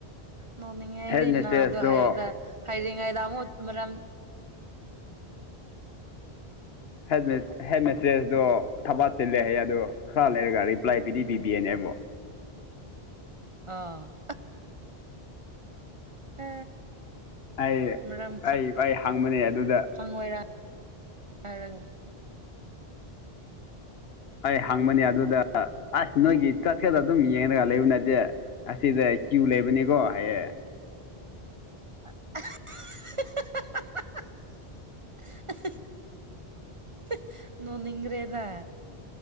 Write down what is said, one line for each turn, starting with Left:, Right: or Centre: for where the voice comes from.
Right: ꯅꯣꯡꯅꯤꯡꯉꯩꯗꯤꯅ
Left: ꯍꯦꯠ ꯃꯤꯁꯇ꯭ꯔꯦꯁꯇꯣ
Right: ꯑꯗꯨ ꯍꯥꯏꯕꯗ ꯍꯥꯏꯔꯤꯉꯩꯗ ꯑꯃꯨꯛ ꯃꯔꯝ
Left: ꯍꯦꯠ ꯍꯦꯠ ꯃꯦꯁꯇ꯭ꯔꯦꯁꯗꯣ ꯊꯕꯥ ꯆꯤꯂꯦ ꯍꯥꯏꯌꯦ ꯑꯗꯣ ꯈꯔ ꯂꯩꯔꯒ ꯔꯤꯄ꯭ꯂꯥꯏ ꯄꯤꯗꯤ ꯄꯤꯕꯤꯌꯦꯅꯦꯕꯣ
Right: ꯑꯣ ꯑ
Left: ꯑꯩ
Right: ꯃꯔꯝ
Left: ꯑꯩ ꯑꯩ ꯍꯪꯕꯅꯦ ꯑꯗꯨꯗ
Right: ꯈꯣꯏꯔꯥꯡ ꯍꯥꯏꯔꯒ
Left: ꯑꯩ ꯍꯪꯕꯅꯦ ꯑꯗꯨꯗ ꯑꯁ ꯅꯣꯏꯒꯤ ꯆꯠꯈꯗ ꯑꯗꯨꯝ ꯌꯦꯡꯉꯒ ꯂꯩꯕ ꯅꯠꯇꯦ ꯑꯁꯤꯗ ꯀ꯭ꯌꯨ ꯂꯩꯕꯅꯤꯀꯣ ꯍꯥꯏꯌꯦꯡ
Right: <inaudible> ꯅꯣꯅꯤꯡꯈ꯭ꯔꯦꯗ